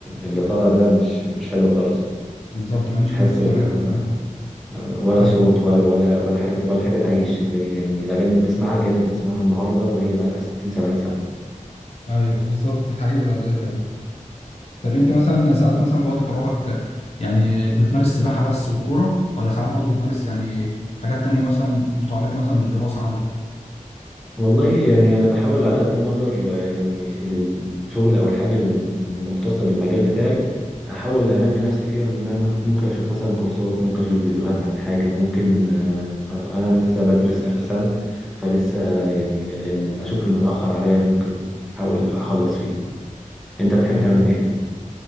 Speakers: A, in the centre; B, on the left.
A: اللي طالع ده مش مش حلو خالص
B: بالظبط ماليش
A: تحس
B: انا في
A: اللي
B: ذوق الاغاني
A: هو ولا
B: ايوه
A: صوت ولا ولا ولا حاجة ولا حاجة تعيش زي يعني الأغاني اللي بتسمعها كأنك بتسمعها النهاردة وهي بقى لها 60 70 سنة
B: ايوه أيوه، بالظبط <laughs> الحقيقه والله فعلا طب انت مثلا ساعات مثلا في وقت فراغك يعني بتمارس سباحة بس والكورة ولا ساعات برضو بتمارس يعني حاجات تانية مثلا متعلقة مثلا بالدراسة عندك
A: والله يعني أنا بحاول على قد ما أقدر آه، يعني الشغل أو الحاجة الم- المختصة بالمجال بتاعي أحاول أنمي نفسي فيها إن أنا م- ممكن أشوف مثلا كورسات ممكن أشوف فيديوهات عن حاجة ممكن آه، أص- أنا لسه بدرس آخر سنة فلسه يعني ال- أشوف المتأخر عليا ممكن أحاول أخلص فيه أنت بتحب
B: ايوه
A: تعمل
B: ايوه
A: إيه؟